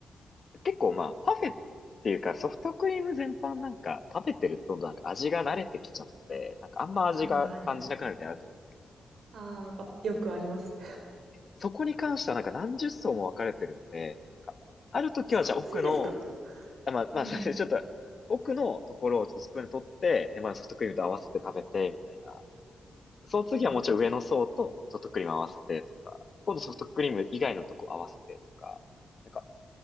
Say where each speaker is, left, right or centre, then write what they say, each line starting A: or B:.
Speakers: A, on the left; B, on the right.
A: 結構まあパフェっていうかソフトクリーム全般なんか食べてるとなんか味が慣れてきちゃって、なんかあんま味が感じなくなるみたいなのあると思うんですけど、
B: ああ、はいはいうんうんへえはいうんはいへえそうああ、あ、よくあります。
A: そこに関してはなんか何十層も分かれてるんで、なんかある時はじゃあ奥の、
B: <laughs> そんなにですか？
A: あまあまあそれ
B: うんうん。
A: <laughs> ちょっと奥のところをちょっとスプーンで取って、手前のソフトクリームと合わせて食べて、みたいな。その次はもちろん上の層とソフトクリーム合わせてとか、
B: うん
A: 今度ソフトクリーム以外のとこ合わせてとか、なんか、